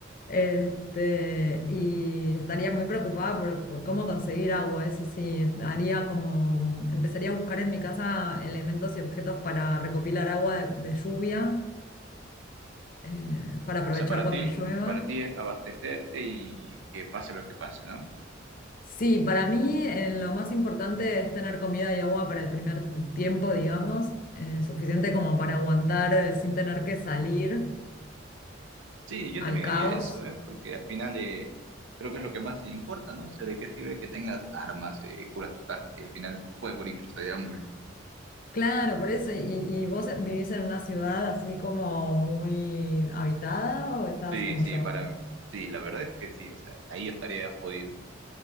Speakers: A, on the left; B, on the right.
A: Este, y estaría muy preocupada por, por cómo conseguir agua. Eso sí, haría como, empezaría a buscar en mi casa elementos y objetos para recopilar agua de, de lluvia, eh, para aprovechar
B: O sea, para
A: cuando
B: ti,
A: llueva.
B: para ti es abastecerte y que pase lo que pase, ¿no?
A: Sí, para mí eh, lo más importante es tener comida y agua para el primer tiempo, digamos, eh, suficiente como para aguantar eh, sin tener que salir
B: Sí, yo
A: al
B: también
A: caos
B: haría eso, ¿eh? Porque al final eh, creo que es lo que más importa, ¿no? O sea, ¿de qué sirve que tengas armas, eh, curas tu casa si al final puedes morir incluso de hambre?
A: Claro, por eso. ¿Y, y vos vivís en una ciudad así como muy habitada o estás
B: Sí,
A: como
B: sí,
A: yo?
B: para mí- sí, la verdad es que sí, o sea, ahí yo estaría jodido,